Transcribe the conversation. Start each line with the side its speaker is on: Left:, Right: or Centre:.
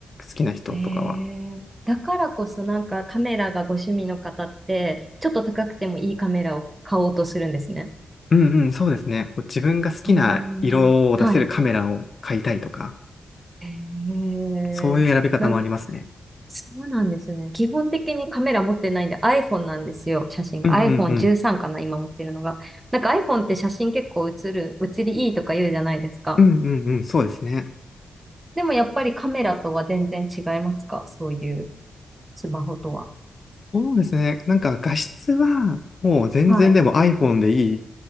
Left: きな人とかは。
Right: ええだからこそなんかカメラがご趣味の方って、ちょっと高くてもいいカメラを買おうとするんですね。
Left: うんうん、そうですね。こう自分が好きな色を出せるカメラを買いたいとか、
Right: うーん。はい。ええなんか、
Left: そういう選び方もありますね。
Right: そうなんですね。基本的にカメラ持ってないんで iPhone なんですよ。写真が。
Left: うんうんうん。
Right: iPhone13 かな、今持ってるのが。なんか iPhone って写真結構写る、写りいいとか言うじゃないですか。
Left: うんうんうん、そうですね。
Right: でもやっぱりカメラとは全然違いますかそういうスマホとは。
Left: そうですね。なんか画質はもう全然でも
Right: はい。
Left: iPhone でいい